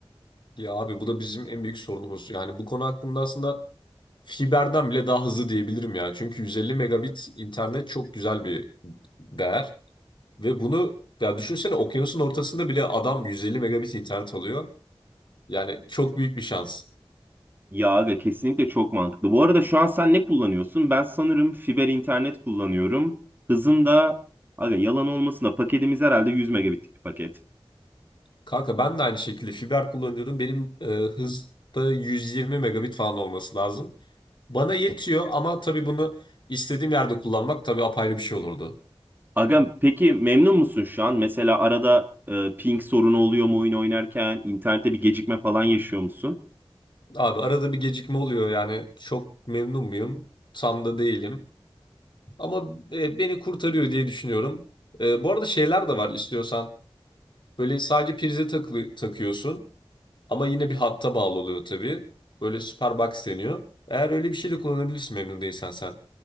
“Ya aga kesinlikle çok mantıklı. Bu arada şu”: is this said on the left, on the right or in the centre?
Right